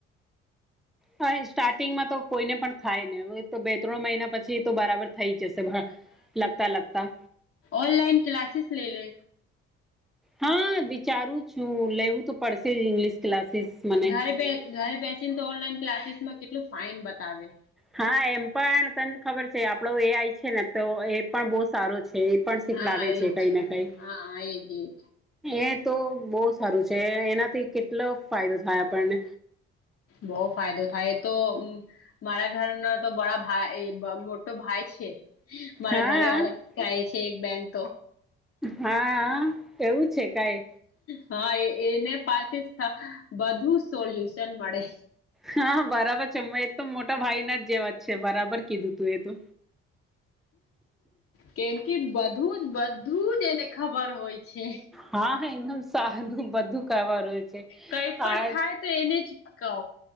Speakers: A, in the centre; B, on the left.
A: હા સ્ટાર્ટિંગમાં તો કોઈને પણ થાય ને હવે તો બે ત્રણ મહિના પછી તો બરાબર થઈ જશે તગ હા બધા લગતા લગતા
B: ઓનલાઇન ક્લાસીસ લેય લે.
A: હા વિચારું છું લેવું તો પડશે જ ઇંગ્લિશ ક્લાસીસમાં
B: ઘરે બે ઘરે બેસીને તો ઓનલાઈન ક્લાસીસ માં કેટલું ફાઇન બતાવે
A: હા એમ પણ તને ખબર છે આપડો એ આઈ છે ને તો એ પણ બહુ સારો છે. પણ શીખડાવે
B: હા એજ
A: છે કઈ ને કઈ
B: હા હા એજ એજ
A: એ તો બહુ સારું છે એનાથી કેટલો ફાયદો થાય આપણને
B: બહુ ફાયદો થાય એતો મારા ઘરના તો બડા ભાઈ મોટો ભાઈ છે. મારા
A: હા
B: ઘરે અલગ ગાય છે એક બેન તો
A: હા એવું છે કઈ
B: હા એ એને પાસે બધુ સોલ્યુશન મળે
A: હા બરાબર છે મે એક તો મોટા ભાઈ ના જ જેવા જ છે બરાબર કીધું તું એ તો.
B: કેમ કે બધું જ બધું જ એને ખબર હોય છે.
A: હા એ સારું બધું કવાનુંય છે
B: કઈ પણ
A: આ
B: થાય તો એને જ કહો